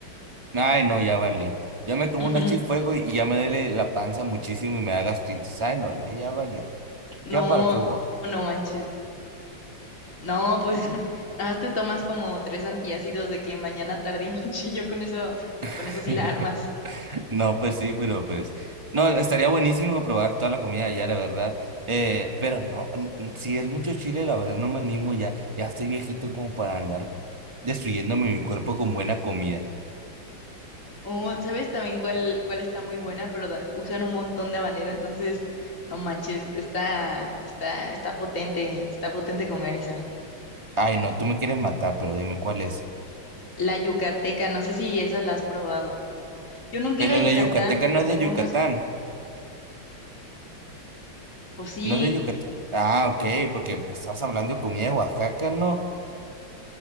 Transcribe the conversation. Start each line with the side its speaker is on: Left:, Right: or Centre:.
Right: Ay, no, ya valí. Ya me
Left: <laughs>
Right: como una chip fuego y, y ya me duele la panza muchísimo y me da gastritis. Ay, no, ya, ya valió.
Left: No,
Right: Ya para qué voy.
Left: no manches. No, pues <laughs> nada más te tomas como tres antiácidos de que mañana, tarde y noche, <laughs> yo con eso,
Right: <laughs>
Left: con eso sí la armas.
Right: No, pues sí, pero pues. No, estaría buenísimo probar toda la comida allá, la verdad. Eh, pero no, n- n- si es mucho chile, la verdad no me animo ya. Ya estoy viejito como para andar destruyéndome mi cuerpo con buena comida.
Left: O, ¿sabes también cuál, cuál está muy buena? Pero da- usan un montón de habanero, entonces, no manches, está, está, está potente, está potente comer esa.
Right: Ay, no, tú me quieres matar, pero dime cuál es.
Left: La yucateca, no sé si esa la has probado. Yo nunca
Right: Pero
Left: he ido a Yucatán,
Right: la yucateca
Left: pero
Right: no es
Left: tengo
Right: de Yucatán.
Left: unos, pues sí.
Right: No es de Yucatán. Ah, ok, porque pues, estabas hablando de comida de Oaxaca, ¿no?